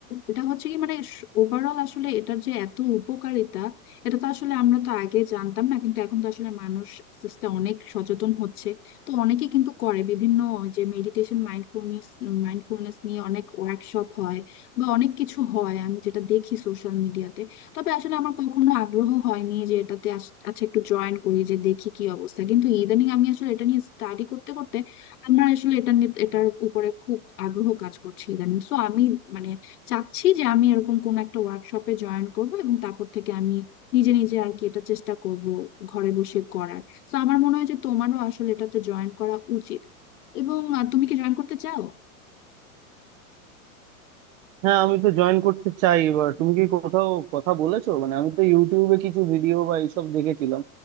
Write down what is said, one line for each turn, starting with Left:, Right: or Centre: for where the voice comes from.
Left: এটা হচ্ছে কি মানে ওভারঅল আসলে এটার যে এত উপকারিতা এটা তো আসলে আমরা তো আগে জানতাম না কিন্তু এখন তো আসলে মানুষ আস্তে আস্তে অনেক সচেতন হচ্ছে তো অনেকে কিন্তু করে বিভিন্ন যে মেডিটেশন মাইন্ডফুলনেস মাইন্ডফুলনেস নিয়ে অনেক ওয়ার্কশপ হয় বা অনেক কিছু হয় আমি যেটা দেখি সোশ্যাল মিডিয়াতে তবে আসলে আমার কখনো আগ্রহ হয়নি যে এটাতে আস- আচ্ছা একটু জয়েন করি যে দেখি কি অবস্থা কিন্তু ইদানিং আমি আসলে এটা নিয়ে স্টাডি করতে করতে আমার আসলে এটা নিয়ে এটার উপরে খুব আগ্রহ কাজ করছে ইদানিং সো আমি মানে চাচ্ছি যে আমি এরকম কোন একটা ওয়ার্কশপে জয়েন করব এবং তারপর থেকে আমি নিজে নিজে আর কি এটা চেষ্টা করব ঘরে বসে করার তো আমার মনে হয় যে তোমারও আসলে এটাতে জয়েন করা উচিত এবং আহ, তুমি কি জয়েন করতে চাও
Right: হ্যাঁ আমি তো জয়েন করতে চাই এবার তুমি কি কোথাও কথা বলেছো মানে আমি তো ইউটিউবে কিছু ভিডিও বা এইসব দেখেছিলাম